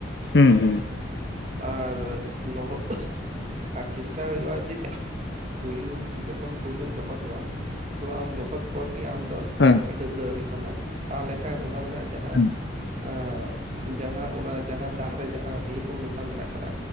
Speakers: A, on the left; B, on the right.
A: ᱦᱩᱸ ᱦᱩᱸ
B: ᱾ ᱟᱨ ᱞᱚᱦᱚᱜ ᱟᱪᱷᱤᱢ ᱟᱨ ᱪᱮᱥᱴᱟ ᱦᱩᱭᱩᱜᱼᱟ ᱡᱮ ᱯᱩᱭᱞᱩ ᱡᱚᱠᱷᱚᱱ ᱯᱩᱭᱞᱩᱢ ᱞᱚᱦᱚᱫᱚᱜᱼᱟ ᱛᱚ ᱟᱢ ᱞᱚᱦᱚᱫ ᱯᱚᱨ ᱜᱮ ᱟᱢ ᱫᱚ
A: ᱦᱮᱸ
B: ᱰᱟᱹᱵᱽᱨᱟᱹᱜ ᱦᱩᱭᱩᱜ ᱛᱟᱢᱟ ᱛᱟᱦᱚᱞᱮ ᱠᱷᱟᱱ ᱚᱱᱟ ᱨᱮᱱᱟᱜ ᱡᱟᱦᱟᱸ
A: ᱦᱮᱸ
B: ᱟᱸᱜᱵ ᱡᱟᱦᱟᱸ ᱚᱱᱟ ᱡᱟᱦᱟᱸ ᱫᱟᱜ ᱨᱮ ᱡᱟᱦᱟᱸ ᱤᱭᱟᱹ ᱠᱚ ᱢᱮᱥᱟ ᱢᱮᱱᱟᱜ ᱠᱟᱫᱟ